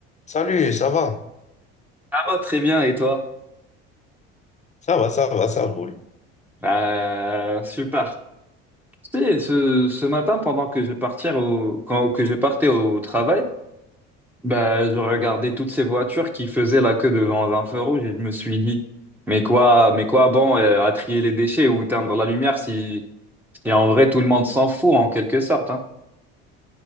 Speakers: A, on the left; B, in the centre.
A: Salut, ça va?
B: Ça va très bien, et toi?
A: Ça va, ça va, ça roule.
B: Euh, super. Tu sais, ce, ce matin, pendant que je partais au, quand, que je partais au travail, bah, je regardais toutes ces voitures qui faisaient la queue devant un feu rouge et je me suis dit, mais quoi, mais quoi bon euh, à trier les déchets ou teindre la lumière si, si en vrai tout le monde s'en fout en quelque sorte, hein.